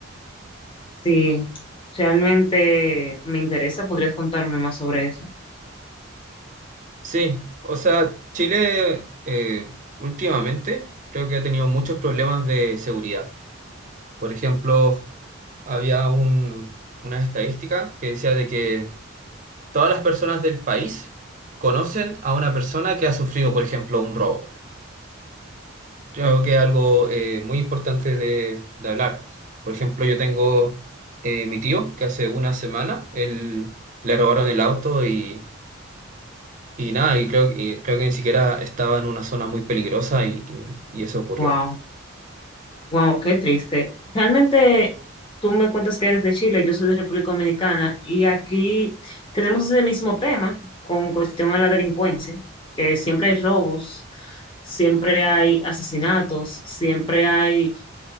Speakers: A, on the left; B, on the right.
A: Sí, realmente me interesa, ¿podrías contarme más sobre eso?
B: Sí, o sea, Chile eh, últimamente creo que ha tenido muchos problemas de seguridad. Por ejemplo, había un- una estadística que decía de que todas las personas del país conocen a una persona que ha sufrido, por ejemplo, un robo. Creo que es algo eh, muy importante de, de hablar. Por ejemplo, yo tengo eh, mi tío que hace una semana él, le robaron el auto y, y nada, y creo, y creo que ni siquiera estaba en una zona muy peligrosa y, y- y eso ocurrió.
A: Wow, wow, qué triste. Realmente tú me cuentas que eres de Chile, yo soy de República Dominicana y aquí tenemos ese mismo tema con cuestión a la delincuencia, que siempre hay robos, siempre hay asesinatos, siempre hay